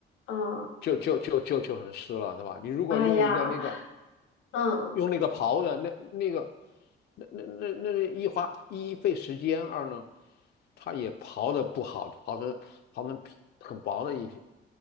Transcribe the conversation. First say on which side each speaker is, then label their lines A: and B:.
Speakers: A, on the left; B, on the left.
A: 嗯，
B: 就就就就就很湿了，对吧？你如果用一个那个
A: 哎呀，嗯。
B: 用那个刨的，那那个那那那那那一花一费时间，二呢，它也刨的不好，刨成刨成皮很薄的一片